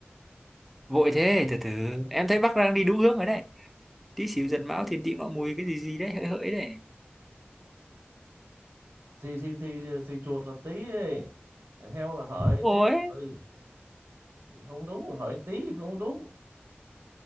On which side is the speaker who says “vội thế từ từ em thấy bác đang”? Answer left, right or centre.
Centre